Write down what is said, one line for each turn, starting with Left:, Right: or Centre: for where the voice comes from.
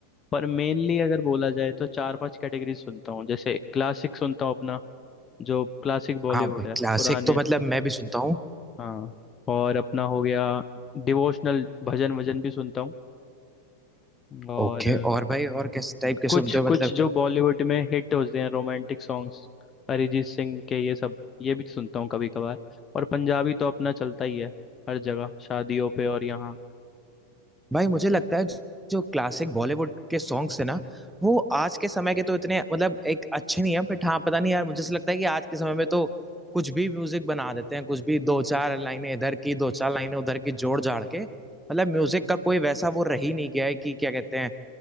Left: पर मेनली अगर बोला जाए तो चार पांच कैटेगरी सुनता हूँ जैसे क्लासिक सुनता हूँ अपना जो क्लासिक बॉलीवुड
Centre: हाँ भाई
Left: है
Centre: क्लासिक
Left: पुराने
Centre: तो मतलब मैं भी सुनता हूँ
Left: हाँ और अपना हो गया डिवोशनल भजन वजन भी सुनता हूँ और
Centre: ओके और भाई और किस टाइप के
Left: कुछ
Centre: सुनते हो
Left: कुछ
Centre: मतलब
Left: जो बॉलीवुड में हिट होते हैं रोमांटिक सॉन्ग्स अरिजीत सिंह के ये सब ये भी सुनता हूँ कभी कभार और पंजाबी तो अपना चलता ही है हर जगह शादियों पे और यहाँ
Centre: भाई मुझे लगता है जो क्लासिक बॉलीवुड के सॉन्ग्स है ना वो आज के समय के तो इतने मतलब एक अच्छे नहीं है बट हाँ पता नहीं यार मुझे ऐसा लगता है कि आज के समय में तो कुछ भी म्यूजिक बना देते हैं कुछ भी दो चार लाइनें इधर की दो चार लाइनें उधर की जोड़ जाड़ के मतलब म्यूजिक का कोई वैसा वो रह ही नहीं गया है कि क्या कहते हैं